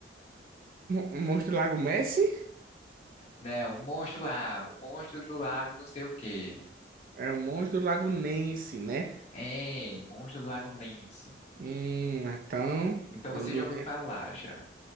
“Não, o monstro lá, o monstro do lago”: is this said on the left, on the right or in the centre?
Left